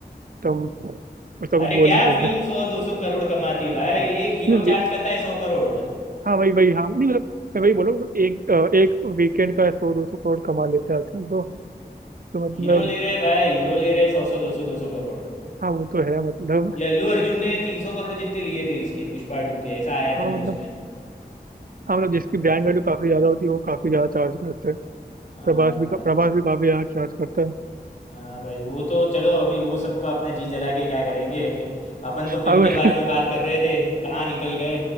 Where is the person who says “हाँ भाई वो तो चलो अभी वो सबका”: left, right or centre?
Left